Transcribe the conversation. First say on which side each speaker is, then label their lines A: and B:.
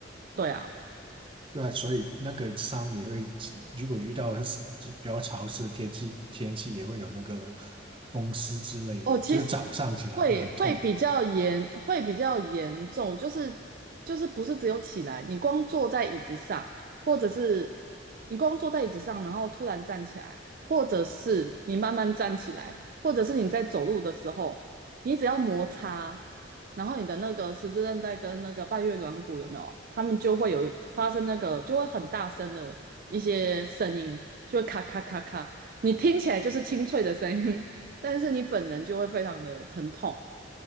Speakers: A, on the right (about 45°); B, on the right (about 25°).
A: 对啊。
B: 对啊，所以那个伤也会，如果遇到是就比较潮湿的天气，天气也会有那个风湿之类吧，
A: 哦，其实
B: 就是早上起来会很痛。
A: 会会比较严，会比较严重，就是就是不是只有起来，你光坐在椅子上，或者是你光坐在椅子上，然后突然站起来，或者是你慢慢站起来，或者是你在走路的时候，你只要摩擦，然后你的那个十字韧带跟那个半月软骨有没有？他们就会有发生那个，就会很大声的一些声音，就会咔咔咔咔，你听起来就是清脆的声音，但是你本人就会非常的疼痛。